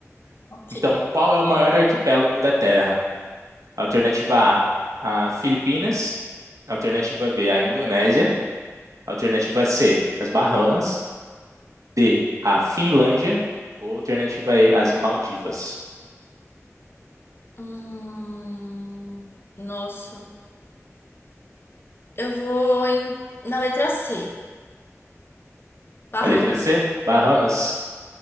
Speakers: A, on the left; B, on the right.
A: Ok.
B: Então, qual é o maior arquipélago da Terra? Alternativa A, a Filipinas. Alternativa B, a Indonésia. Alternativa C, as Bahamas. D, a Finlândia. Ou alternativa E, as Maldivas.
A: Hum, nossa. Eu vou em, na letra C. Barramos.
B: A letra C, Bahamas.